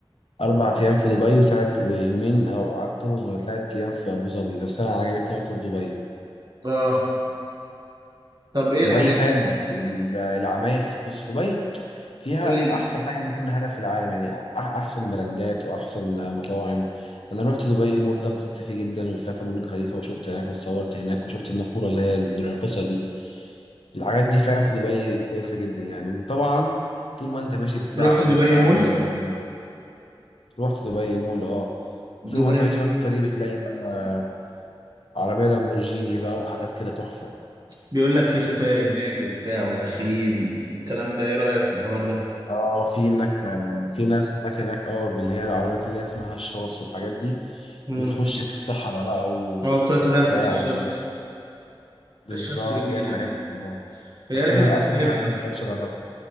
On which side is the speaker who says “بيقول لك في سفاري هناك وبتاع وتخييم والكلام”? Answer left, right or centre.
Right